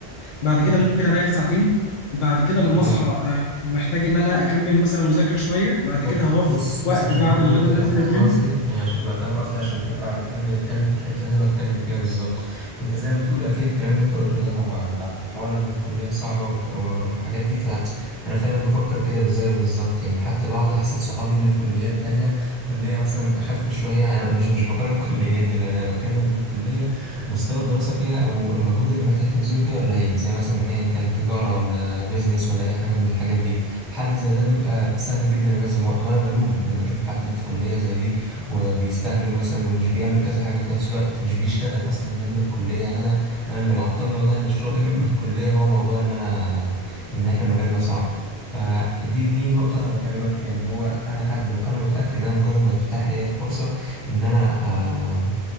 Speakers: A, on the left (about 55°); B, in the centre.
A: بعد كده
B: مم.
A: ممكن اريح ساعتين بعد كده لما
B: اه
A: اصحى آه، محتاج ان انا اكمل مثلا مذاكره شويه بعد
B: طب
A: كده هوفر
B: بص بص
A: وقت
B: عشان
A: بعد
B: برضو
A: الغدا
B: تبقى
A: ننزل
B: فاهم
A: الجيم
B: قصدي يعني عشان تبقى فاهم قصدي عشان تبقى فاهم بنتكلم في الحتة اللي انا بتكلم فيها بالظبط انت زي ما بتقول اكيد الكلام اللي انت قلته ده هو حوار ان الكلية صعبة وك- و- وحاجات دي فانا فعلا بفكر كده بالزي بالظبط يعني حتى بقعد احسد صحابي اللي في كليات تانية كلية مثلا اخف شوية انا مش مش بقارن <laughs> كليات دلوقتي انا بتكلم ان الكلية مستوى الدراسة فيها او المجهود اللي محتاج تبذله فيها قليل زي مثلا ايا كان تجارة ولا بيزنس ولا اي حاجة من الحاجات دي حد زي ده بيبقى سهل جدا ينظم وقته وانا بلوم لما اشوف حد في كلية زي دي وبيستهبل مثلا ومش بيعمل كذا حاجة في نفس الوقت مش بيشتغل اصلا جنب الكلية يعني انا انا اللي معطلني والله انا الشغل <laughs> جنب الكلية هو موضوع ان انا ان احنا مجالنا صعب فدي دي النقطة أنا بكلمك فيها اللي هو أنا حد وأنا متأكد إن أنا مجرد ما تتاح ليا الفرصة إن أنا آه